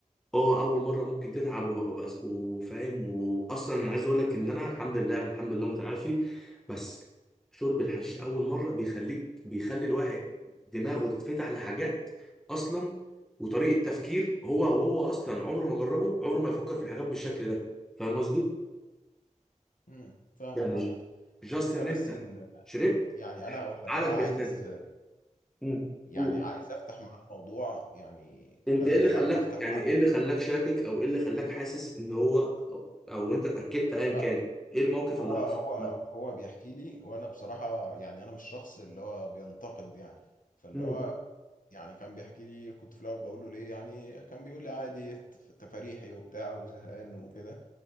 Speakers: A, in the centre; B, on the left.
A: اه اول مره ممكن تتعب وبقى بس وفاهم واصلا انا عايز اقول لك ان انا الحمد لله يعني الحمد لله متعافي بس شرب الحشيش اول مره بيخليك بيخلي الواحد دماغه تتفتح لحاجات اصلا وطريقه تفكير هو وهو اصلا عمره ما جربه عمره ما يفكر في الحاجات بالشكل ده فاهم قصدي
B: امم فاهمك
A: يعني
B: عامة
A: جاست
B: الفكرة
A: ان
B: بس
A: انت
B: ان
A: شربت
B: يعني انا هقول لك
A: عقلك
B: انا
A: بيختلف
B: عايز
A: امم
B: يعني
A: قول
B: عايز افتح معاه الموضوع يعني
A: انت
B: انا
A: ايه
B: مش
A: اللي خلاك
B: عارف افتح
A: يعني
B: معاه
A: ايه اللي خلاك شاكك او ايه اللي خلاك حاسس ان هو او, أو انت اتاكدت ايا
B: لا
A: كان ايه الموقف
B: هو
A: اللي حصل
B: هو
A: عامه
B: هو بيحكي لي وانا بصراحة يعني انا مش شخص اللي هو بينتقد يعني فاللي
A: مم.
B: هو يعني كان بيحكي لي كنت في الاول بقول له ليه يعني كان بيقول لي عادي تف- تفاريحي وبتاع وزهقان وكده